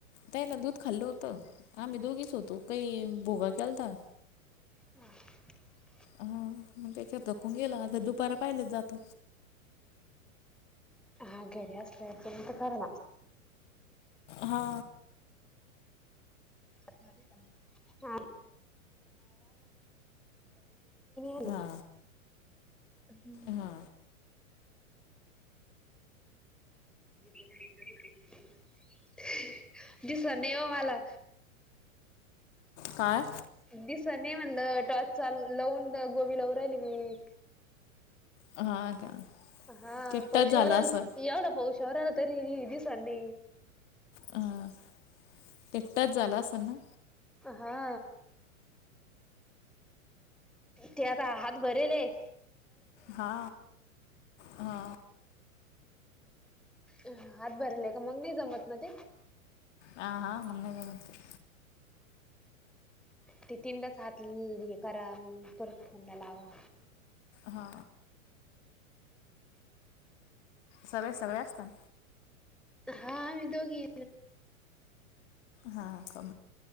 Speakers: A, on the left; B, in the centre.
A: ते ना दूध खाल्लं होतं आम्ही दोघीच होतो काही भोगा केलता
B: ह
A: हा मग त्याच्यावर कून गेला आ दुपार पाहिले जात
B: हा घरी असल्यावर
A: हा
B: <unintelligible> तेन आले
A: हा
B: हम्म
A: हा
B: <inaudible> दिसणार नाही ओ मला
A: काय
B: दिसय नाही म्हटलं चाल लावून गोबी लावू राहिली मी
A: हा का
B: हा
A: तिकटाच
B: पौशावर
A: झाला
B: आला
A: असल
B: एवढं पौशावर आला तरी दिसांनी
A: हां एकटाच झाला असन ना
B: हा ते आता हात भरेल आहे
A: हा हा
B: अ हात भरलेय का मग नाही जमत ना ते?
A: ह हां मग नाही जमत
B: ती तीन तच हात करा मग परत फोनला लावा
A: हा सगळे सगळे असतात
B: हा आम्ही दोघी
A: हा का